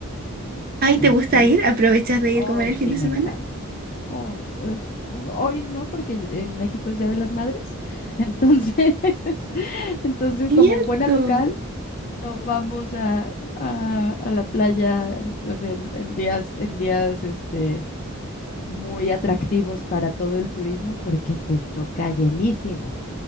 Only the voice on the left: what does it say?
O sea,
que
es
Oh,
sí,
me encanta. Oh, s- es- pues, hoy no, porque en México es Día de las Madres. Entonces, <laughs> entonces
como buena local, no vamos a, a- a la playa, o sea, en, en días, en días este, muy atractivos para todo el turismo, porque te toca llenísimo.